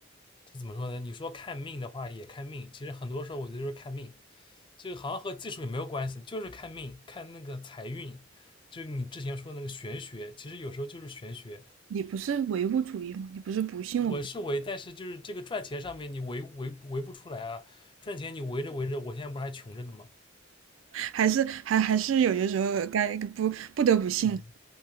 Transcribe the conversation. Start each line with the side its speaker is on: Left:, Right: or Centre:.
Left: 这怎么说呢？你说看命的话也看命，其实很多时候我觉得就是看命，这个好像和技术也没有关系，就是看命，看那个财运，就是你之前说的那个玄学，其实有时候就是玄学。
Right: 你不是唯物主义吗？你不是不信我们，
Left: 我是围，但是就是这个赚钱上面你围围围不出来啊，赚钱你围着围着，我现在不是还穷着呢吗？
Right: 还是还还是有些时候该不不得不信。
Left: 嗯。